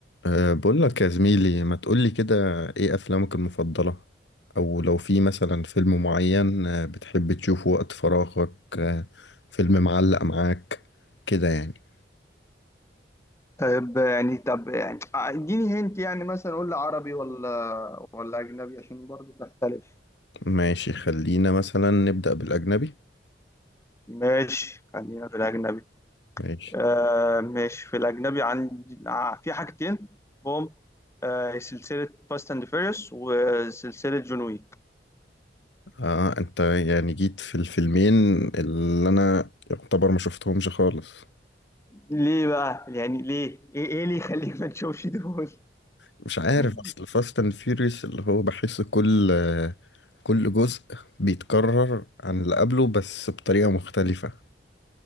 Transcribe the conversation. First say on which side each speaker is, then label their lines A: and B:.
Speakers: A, on the left (about 80°); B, on the left (about 15°).
A: أه بقول لك يا زميلي ما تقولي كده ايه افلامك المفضلة او لو في مثلا فيلم معين آه، بتحب تشوفه وقت فراغك آه، فيلم معلق معاك كده يعني
B: طيب يعني طب يعني اديني هنت يعني مثلا قول لي عربي ولا ولا اجنبي عشان برضو تختلف
A: ماشي خلينا مثلا نبدأ بالأجنبي
B: ماشي خلينا في الاجنبي
A: ماشي
B: آه ماشي في الاجنبي عندي آه في حاجتين بوم آه سلسلة فاست اند فيريوس وسلسلة جون ويك
A: اه انت يعني جيت في الفيلمين اللي انا يعتبر ما شفتهمش خالص
B: ليه بقى يعني ليه ايه ايه اللي يخليك ما تشوفش دول
A: مش عارف
B: <laughs>
A: اصل فاست اند فيوريوس اللي هو بحس كل آه، كل جزء بيتكرر عن اللي قبله بس بطريقة مختلفة